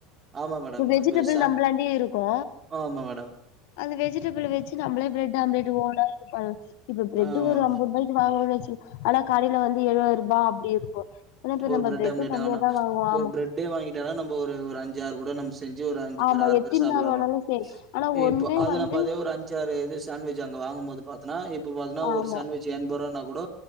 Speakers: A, on the right; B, on the left.
A: ஆமா மேடம்
B: இப்ப வெஜிடபிள்
A: சா
B: நம்மளாண்டி இருக்கு
A: ஆமா மேடம்
B: அந்த வெஜிடபிள் வச்சு நம்மளே பிரட் ஆம்லெட் ஓனா இது பண் இப்ப பிரெட்டு்
A: ஆமா
B: ஒரு ஐம்பது ரூபாய்க்கு வாங்கணும்னச்சு ஆனா கடையில வந்து எழபது ரூபா அப்டி இருக்கு ஆனா இப்ப
A: ஒரு
B: நம்ம
A: பிர்ரெட்
B: பிரெட்
A: ஆம்லேட்
B: கம்மியா
A: வேணா
B: தா வாங்குவோ
A: ஒரு
B: ஆமா
A: பிரட்டே வாங்கிட்டனா நம்ம ஒரு அஞ்ச ஆறு கூட நம் செஞ்சு ஒரு அஞ்சு
B: ஆமா
A: பேர் ஆறு
B: எத்தின்
A: பேர் சாப்பலா
B: நாள் வேணாலு
A: மேம்
B: சரி ஆனா ஒண்ணே
A: இப்ப அது
B: வந்து
A: நம் பா ஒரு அஞ் சாறு இது சேண்ட்விச் அங்க வாங்கும் போது பாத்தன்னா இப்ப பாத்தன்னா
B: ஆமா
A: ஒரு சேண்ட்விச் எண்பது ரூபானாக் கூட